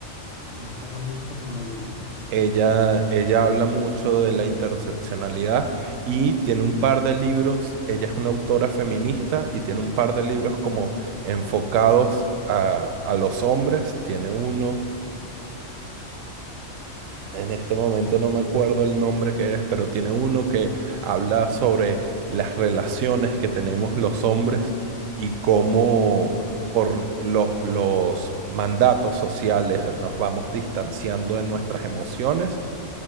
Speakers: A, on the left; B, on the right.
A: me suena mucho, no la he leído.
B: Ella, ella habla mucho de la interseccionalidad y tiene un par de libros, ella es una autora feminista y tiene un par de libros como enfocados a, a los hombres, tiene uno. En este momento no me acuerdo el nombre que es, pero tiene uno que habla sobre las relaciones que tenemos los hombres y cómo por los, los mandatos sociales nos vamos distanciando de nuestras emociones